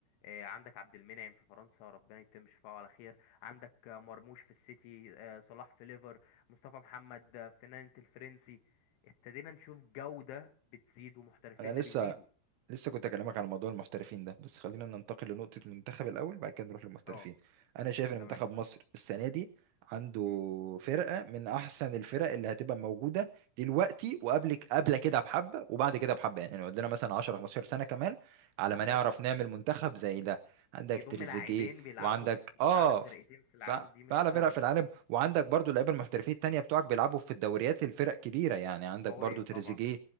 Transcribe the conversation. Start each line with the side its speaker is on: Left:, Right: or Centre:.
Left: آه، عندك عبد المنعم في فرنسا ربنا يتم شفاعه على خير عندك آه، مرموش في السيتي آه، صلاح في ليفر مصطفى محمد آه، في نانت الفرنسي ابتدينا نشوف جودة بتزيد ومحترفيننا
Right: انا لسه
Left: بيزيدوا
Right: لسه كنت اكلمك عن موضوع المحترفين ده بس خلينا ننتقل لنقطة المنتخب الاول بعد كده نروح للمحترفين
Left: اه
Right: انا شايف ان
Left: تمام
Right: منتخب مصر السنة دي عنده
Left: مم،
Right: فرقة من احسن الفرق اللي هتبقى موجودة دلوقتي وقبل قبل كده بحبة وبعد كده بحبة يعني قدنا مثلا 10 15 سنة كمان على
Left: بالظبط
Right: ما نعرف نعمل منتخب زي ده عندك
Left: يضم
Right: تريزيجيه
Left: لاعبين بيلعبوا
Right: وعندك
Left: في
Right: اه
Left: أعلى فرقتين في العالم
Right: ف...
Left: دي مش
Right: فأعلى
Left: سهلة
Right: فرق في العالم وعندك برضو اللعيبه المحترفين التانية بتوعك بيلعبوا في الدوريات الفرق كبيرة يعني عندك
Left: قوية
Right: برضو تريزيجيه
Left: طبعا